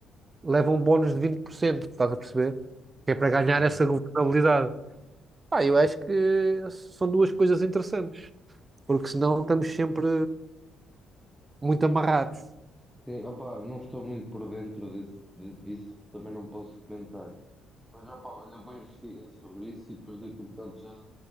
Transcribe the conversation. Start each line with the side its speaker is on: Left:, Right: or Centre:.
Right: leva um bónus de 20%, estás a perceber? Que é para ganhar
Centre: Uhum.
Right: essa governabilidade. Pá, eu acho que são duas coisas interessantes, porque senão estamos sempre muito amarrados.
Centre: Sim, opá, não estou muito por dentro desse, de- disso, também não posso comentar. Mas opá, olha, eu vou investigar sobre isso e depois daqui a bocado já,